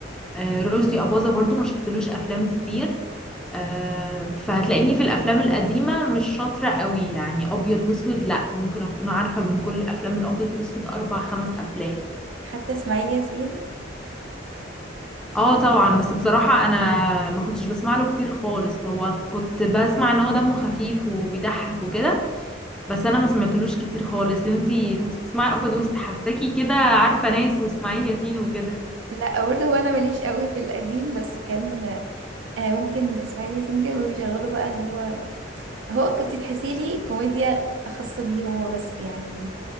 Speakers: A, in the centre; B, on the right.
A: آه، رشدي أباظة برضو ما شفتلوش افلام كتير آه، فهتلاقيني في الافلام القديمه مش شاطره قوي يعني ابيض واسود لا ممكن اكون عارفه من كل الافلام الابيض واسود اربع خمس افلام
B: حتى اسماعيل ياسين
A: اه طبعا بس بصراحه انا ما كنتش بسمع له كتير خالص هو كنت بسمع ان هو دمه خفيف وبيضحك وكده بس انا ما سمعتلوش كتير خالص انتي كنت بتسمعي ابيض واسود حساكي كده عارفه ناس واسماعيل ياسين وكده
B: لا برضه هو انا ماليش قوي في القديم بس كان آه ممكن اسماعيل ياسين كانوا بيشغلوا بقى اللي هو هو كنت تحسي لي كوميديا خاصة بيه هو بس يعني